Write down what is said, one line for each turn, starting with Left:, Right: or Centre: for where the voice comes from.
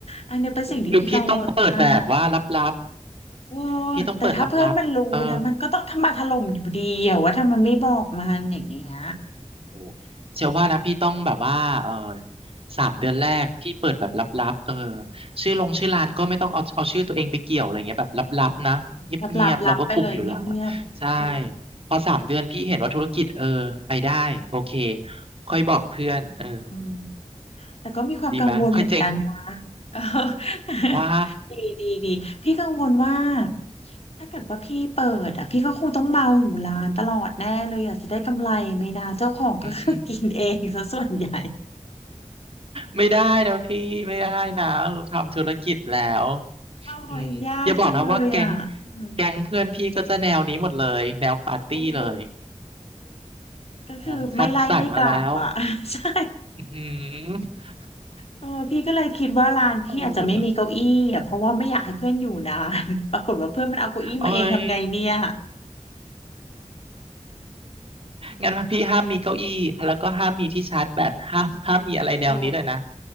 Left: อันนี้เป็นสิ่งที่พี่กังวลมาก
Right: หรือพี่ต้องเปิดแบบว่าลับ
Left: โอ้ยแต่ถ้าเพื่อนมันรู้นะมันก็ต้องทำมาถล่มอยู่ดีอะว่าถ้ามันไม่บอกมันอย่างเงี้ย
Right: ๆพี่ต้องเปิดลับๆเออโอ้เชื่อว่านะพี่ต้องแบบว่าเออสามเดือนแรกพี่เปิดแบบลับๆเออชื่อลงชื่อร้านก็ไม่ต้องเอาเอาชื่อตัวเองไปเกี่ยวอะไรเงี้ยแบบลับๆนะเงียบๆเราก็คุมอยู่หลังละใช่
Left: รับรับรับไปเลยเงียบๆเออ
Right: พอสามเดือนพี่เห็นว่าธุรกิจเออไปได้โอเคค่อยบอกเพื่อนเออ
Left: อืมแต่ก็มีความกังวลเหมือนกันนะ
Right: ดีไหมยค่อยเจ๊ง
Left: <laughs>
Right: ว่า
Left: ดีดีดีพี่กังวลว่า ถ้าเกิดว่าพี่เปิดอ่ะพี่ก็คงต้องเมาอยู่ร้านตลอดแน่เลยอยากจะได้กำไรไหม่นะเจ้าของก็คือกินเองซะส่วนใหญ่
Right: อืมไม่ได้นะพี่ไม่ได้นะเราทำธุรกิจแล้ว
Left: โอ้ยยากจังเลยอ่ะอืม
Right: อืมอย่าบอกนะว่าแก๊งแก๊งเพื่อนพี่ก็จะแนวนี้หมดเลยแนวปาร์ตี้เลย
Left: โอ้โหก็คือไม่ไล่ไม่กลับอ่ะ
Right: อ๋อคัดสรรมาแล้ว
Left: <laughs> ใช่
Right: อืม
Left: เออพี่ก็เลยคิดว่าร้านพี่อาจจะไม่มีเก้าอี้อ่ะเพราะว่าไม่อยากให้เพื่อนอยู่นาน
Right: เออ
Left: <laughs> ปรากฏว่าเพื่อนมันเอาเก้าอี้มาเองทำไงเนี่ย
Right: โอ้ยงั้นพี่ห้ามมีเก้าอี้แล้วก็ห้ามมีที่ชาร์จแบตห้ามห้ามมีอะไรแนวนี้เลยนะ
Left: <laughs> โอ้